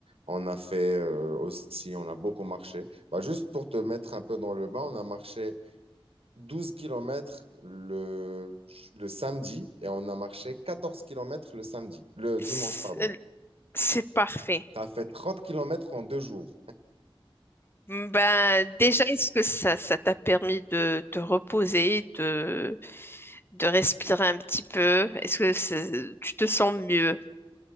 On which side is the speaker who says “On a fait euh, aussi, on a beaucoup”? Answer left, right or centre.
Right